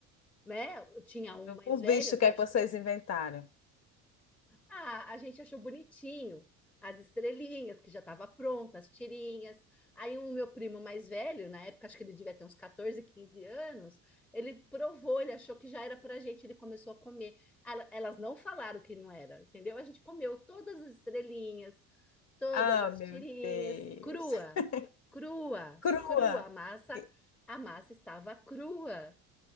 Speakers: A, in the centre; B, on the left.
A: né? Tinha um
B: Eu
A: mais
B: por
A: velho
B: visto o
A: que
B: que
A: eu
B: é
A: acho
B: que vocês
A: que.
B: inventaram.
A: Ah, a gente achou bonitinho as estrelinhas, que já estava pronta, as tirinhas. Aí um meu primo mais velho, na época, acho que ele devia ter uns 14, 15 anos, ele provou, ele achou que já era pra gente, ele começou a comer. Ela- Elas não falaram que não era, entendeu? A gente comeu todas as estrelinhas todas
B: Ah,
A: as
B: meu
A: tirinhas,
B: Deus.
A: crua,
B: <laughs>
A: crua,
B: Crua.
A: crua. A massa,
B: E-
A: a massa estava crua.